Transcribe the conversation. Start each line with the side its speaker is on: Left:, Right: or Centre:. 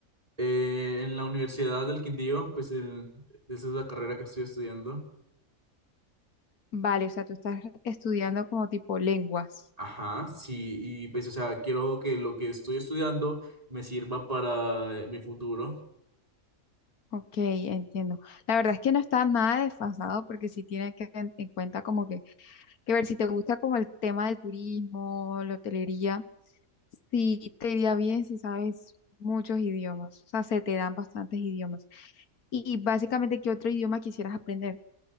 Right: Eh, en la Universidad del Quindío, pues el- esa es la carrera que estoy estudiando.
Left: Vale, o sea, tú estás estudiando como tipo lenguas.
Right: Ajá, sí, y pues, o sea, quiero que lo que estoy estudiando me sirva para eh, mi futuro.
Left: Ok, entiendo. La verdad es que no está nada desfasado porque sí tiene que en, en cuenta como que, que ver si te gusta como el tema del turismo, la hotelería, sí te iría bien si sabes muchos idiomas, o sea, se te dan bastantes idiomas. Y básicamente, ¿qué otro idioma quisieras aprender?